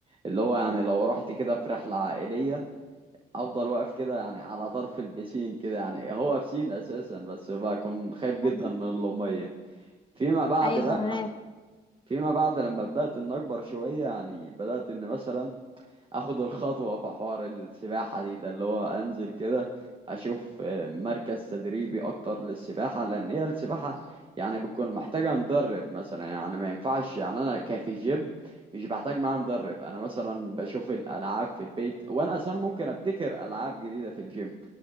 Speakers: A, on the right; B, on the left.
A: اللي هو يعني لو رحت كده في رحلة عائلية افضل واقف كده يعني على طرف البسين كده يعني هو بسين اساسا بس بكون خايف جدا
B: من...
A: من المية فيما بعد
B: ايوه
A: بقى
B: فهماك
A: يعني فيما بعد لما بدأت ان اكبر شوية يعني بدأت ان مثلا اخد الخطوة في حوار السباحة دي ده اللي هو انزل كده اشوف آه، مركز تدريبي اكتر للسباحة لان هي السباحة يعني بتكون محتاجة مدرب مثلا يعني ما ينفعش يعني انا كفي جيم مش بحتاج معاه مدرب انا مثلا بشوف الالعاب في البيت وانا اصلا ممكن ابتكر العاب جديدة في الجيم